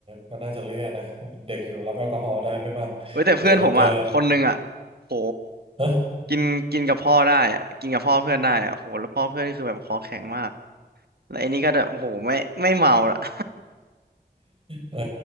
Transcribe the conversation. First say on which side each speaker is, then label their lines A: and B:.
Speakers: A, on the right; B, on the right.
A: ก็น่าจะเละอะนะเป็นเด็กอยู่รับแอลกอฮอล์ได้ไม่มากเดี๋ยวมันจะ
B: เว้ยแต่เพื่อนผมอ่ะคนหนึ่งอ่ะโห
A: <laughs>
B: กินกินกับพ่อได้อ่ะกินกับพ่อเพื่อนได้อ่ะโหแล้วพ่อเพื่อนนี่คือแบบคอแข็งมากแล้วไอ้นี่ก็แบบโหไม่ไม่เมาละ <laughs>
A: เอ้